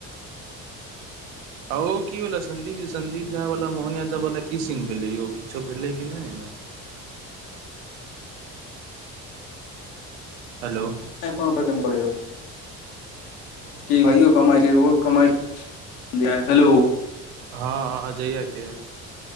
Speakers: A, on the right; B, on the left.
A: आ ओ की भेलै संदीप जी संदीप झा वला मोहन यादव वाला की सिन भेलै यौ किछो भेलै कि नै ओहिमे हलो
B: <unintelligible> की भइयो कमाय छै ओहो कमाइ है हेलो
A: हँ हाँ अजैया के